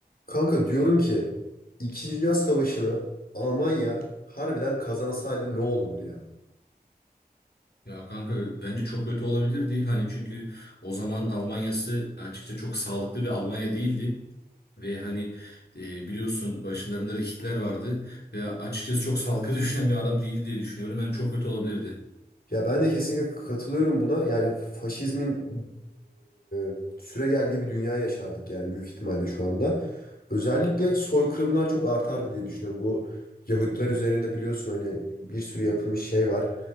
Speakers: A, on the left; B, on the left.
A: Kanka diyorum ki İkinci Dünya Savaşı'nı Almanya harbiden kazansaydı ne olurdu ya?
B: Ya kanka bence çok kötü olabilirdi. Hani çünkü o zaman Almanya'sı açıkça çok sağlıklı bir Almanya değildi. Ve hani e, biliyorsun başlarında da Hitler vardı. Ve açıkçası çok sağlıklı <laughs> düşünen bir adam değildi diye düşünüyorum. Ben çok kötü olabilirdi.
A: Ya ben de kesinlikle katılıyorum buna. Yani faşizmin e, süregeldiği bir dünya yaşardık yani büyük ihtimalle şu anda. Özellikle soykırımlar çok artardı diye düşünüyorum. Bu Yahudiler üzerinde biliyorsun hani bir sürü yapılmış şey var.